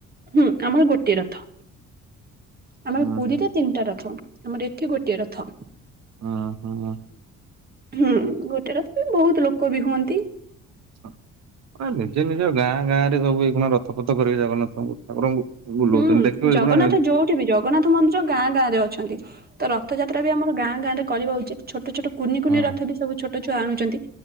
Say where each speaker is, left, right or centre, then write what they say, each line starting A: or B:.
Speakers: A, on the right; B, on the right.
A: ହୁଁ ଆମର ଗୋଟିଏ ରଥ। ଆମର
B: ହୁଁ
A: ପୁରୀରେ
B: ହୁଁ
A: ତିନିଟା ରଥ, ଆମର ଏଠି ଗୋଟିଏ ରଥ।
B: ହଁ ହୋ ହୋ।
A: ହୁଁ ଗୋଟେ ରଥ ପାଇଁ ବହୁତ ଲୋକ ବି ହୁଅନ୍ତି।
B: ଆରେ ନିଜେ ନିଜ ଗାଁ ଗାଁ ରେ ସବୁ ହେଇକିନା ରଥପଥ କରିବେ ଜଗନ୍ନାଥଙ୍କୁ, ଠାକୁରଙ୍କୁ। ବୁଲଉଛନ୍ତି
A: ହୁଁ
B: ଦେଖିବ ଏଇଖୁଣା
A: ଜଗନ୍ନାଥ ଯୋଉଠି ବି ଜଗନ୍ନାଥ ମନ୍ଦିର ଗାଁ ଗାଁ ରେ ଅଛନ୍ତି। ତ ରଥଯାତ୍ରା ରେ ଆମର ଗାଁ ଗାଁରେ କରିବା ଉଚିତ ଛୋଟ ଛୋଟ କୁନି କୁନି
B: ହୁଁ
A: ରଥ ବି ସବୁ ଛୋ ଛୋଟ ଛୁଆ ଆଣୁଛନ୍ତି